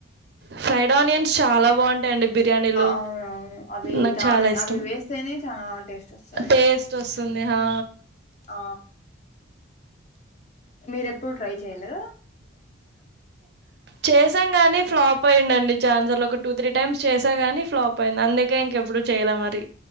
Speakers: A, on the right; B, on the left.
A: ఫ్రైడ్ ఆనియన్స్ చాలా బాగుం ఉంటాయి ఆ బిర్యానీ లో
B: అవునవును అవి
A: నాకు
B: దాని
A: చాలా ఇష్టం
B: అవి వేస్తేనే చాలా టేస్ట్ వస్తది
A: టేస్ట్ స్తునే హా
B: ఆ మీర ఎప్పుడు ట్రై చెయ్యలే
A: చేసాం గానీ ఫ్లాప్ అయిండండి చానా సార్లు ఒక టూ త్రీ టైమ్స్ చేసా గాని ఫ్లాప్ అయింది అందుకే ఇంకెప్పుడు చేయలే మరి